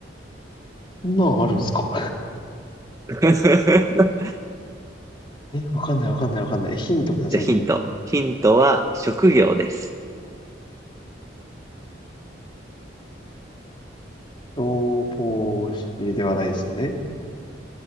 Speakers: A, on the left; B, on the right.
A: そんなんあるんですか
B: <laughs>
A: <laughs> え、わかんないわかんないわかんない。ヒントください、
B: じゃあ、ヒント。
A: ヒント。
B: ヒントは職業です。
A: 消防士ではないですよね。